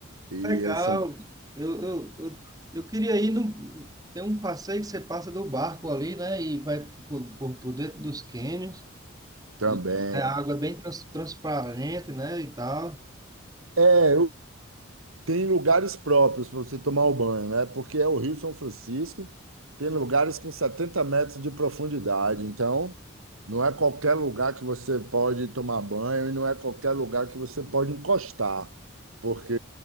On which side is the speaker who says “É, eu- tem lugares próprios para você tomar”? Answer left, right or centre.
Right